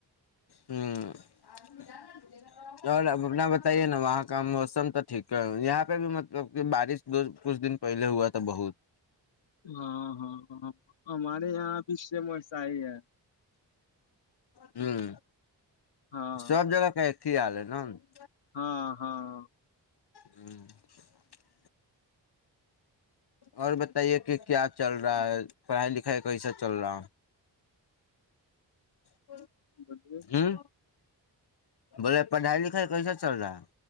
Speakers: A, on the left; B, on the left.
A: ہوں اور ا اپنا بتائیے نا وہاں کا موسم تو ٹھیک ہے یہاں پہ بھی مطلب کہ بارش دو کچھ دن پہلے ہوا تھا بہت <unintelligible>
B: ہاں ہاں ہاں ہمارے یہاں بھی شم وسا ہی ہے
A: ہوں <unintelligible>
B: ہاں
A: سب جگہ کا <unintelligible> ک حال ہے نا <unintelligible>
B: ہاں ہاں <unintelligible>
A: ہوں <unintelligible> اور بتائیے کہ کیا چل رہا ہے پڑھائی لکھائی کیسا چل رہا ہے <unintelligible>
B: بولیے
A: ہوں بولے پڑھائی لکھائی کیسا چل رہا ہے